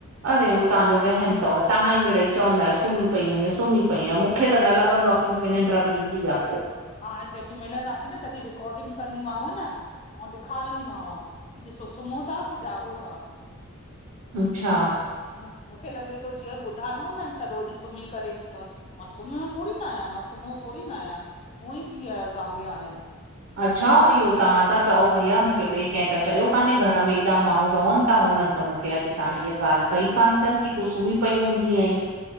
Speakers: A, on the right; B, on the left.
A: अड़े उह तव्हजो वहम तव ता ई मिड़ई चवंदा आहियो सुम्ही पई हुइय सुम्ही पई हुइय पईयं मु मूंखे त न लॻंदो आ की मूंखे निंड बि ईंदी आ को
B: हाणे जॾहिं मिलंदासीं न तॾहिं रिकॉर्डिंग कंदीमांव न -- ऐं ॾेखारींदीमांव की ॾिसो सुम्हो था। की जाॻो था।
A: अच्छा
B: मु <unintelligible> मूंखे लॻे थो जीअं ॿुढा न हूंदा आहिन न सॼो ओॾहु सुम्ही करे बि चवन। मां सुम्हहिियो थोरी न आहियां मां, सुम्हहियो थोरी न आहियां उअं ई थी वहिया आहियो तव्हां बि हाणे।
A: अच्छा। इहो तव्हां ता चओ भैया मूंखे ॿिए कंहिं त चयो कान्हे घर में एॾा माण्हू रहन था हुनन। त मूंखे अॼु ताण हीअ ॻाल्ह कई कोन्ह तन की तूं सुम्ही पई हूंदी आहीं।